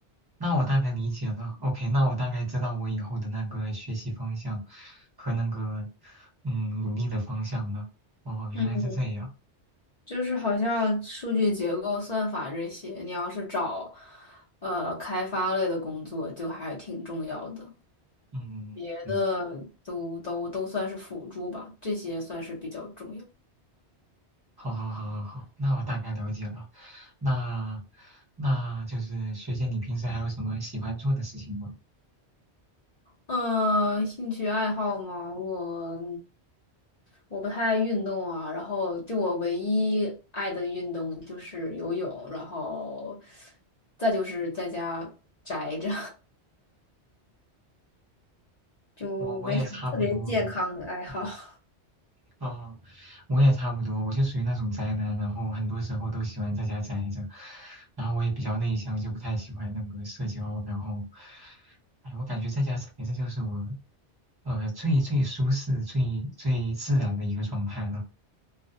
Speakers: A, on the right; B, on the left.
A: 那我大概理解了。OK，那我大概知道我以后的那个学习方向和那个嗯努力的方向了。哦，原来是这样。
B: 嗯，就是好像数据结构、算法这些，你要是找呃开发类的工作，就还挺重要的。
A: 嗯。
B: 别的都都都算是辅助吧，
A: 嗯
B: 这些算是比较重要。
A: 好好好好好，那我大概了解了。那那就是学姐，你平时还有什么喜欢做的事情吗？
B: 呃，兴趣爱好嘛，我我不太爱运动啊，然后就我唯一爱的运动就是游泳，然后再就是在家宅着，<laughs> 就没什么特别健康的爱好。
A: 我我也差不多，嗯哦，我也差不多，我就属于那种宅男，然后很多时候都喜欢在家宅着，然后我也比较内向，就不太喜欢那个社交，然后，哎，我感觉在家宅着就是我，呃，最最舒适、最最自然的一个状态了。